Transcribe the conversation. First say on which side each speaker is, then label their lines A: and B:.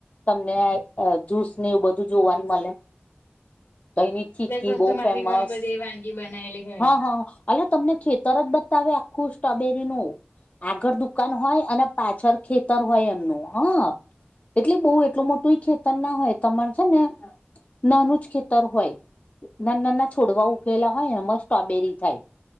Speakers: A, on the left (about 40°); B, on the left (about 75°).
A: તમને જૂસને એવું બધું જોવાનું મળે. તઈની ચીકી
B: દરેક વસ્તુ
A: બોવ
B: માંથી
A: ફેમસ
B: ઘણી બધી વાનગી બનાયેલી હોય.
A: હા હા અલ્યા તમને ખેતર જ બતાવે આખું સ્ટ્રોબેરીનું આગળ દુકાન હોય અને પાછળ ખેતર હોય એમનું હ એટલે બોવ એટલું મોટું ખેતર ના હોય તમાર છે ને નાનું જ ખેતર હોય નાન નાના છોડવા ઉગેલા હોય એમ સ્ટ્રોબેરી થાય.